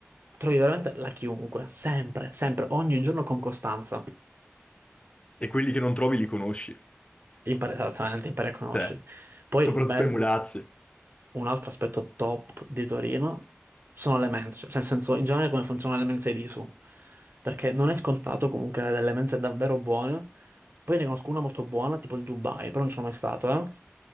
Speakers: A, on the right (about 55°); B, on the left (about 25°).
A: Trovi veramente la chiunque, sempre, sempre, ogni giorno con costanza.
B: E quelli che non trovi li conosci,
A: Impari esattamente, impari a conoscerli.
B: cioè,
A: Poi,
B: soprattutto
A: bel,
B: ai mulazzi.
A: un altro aspetto top di Torino sono le mense, cioè, nel senso, in generale come funzionano le mense di su, perché non è scontato comunque avere delle mense davvero buone. Poi ne conosco una molto buona, tipo il Dubai, però non ci sono mai stato, eh.